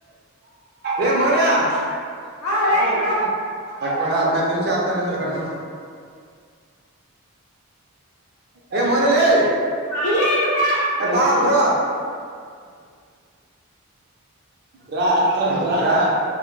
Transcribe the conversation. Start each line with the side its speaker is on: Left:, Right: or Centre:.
Right: ಏ ಮೊನ್ಯಾ. <unintelligible>
Left: ಹಾ ಹೇಳಿ ಬ್ರೋ
Right: ಕಟ್ ಮಾಡಾ ಹದನಾಕ್ ನಿಮಿಷ ಆತದ್ ನಿಂದ್ರು. ಕಟ್ ಮಾಡ್. ಏ ಮೊನ್ಯ ಲೇ,
Left: ಇಲ್ಲೇ ಏನು ಬ್ರೋ
Right: ಬಾ ಬ್ರೋ ಬ್ರಾ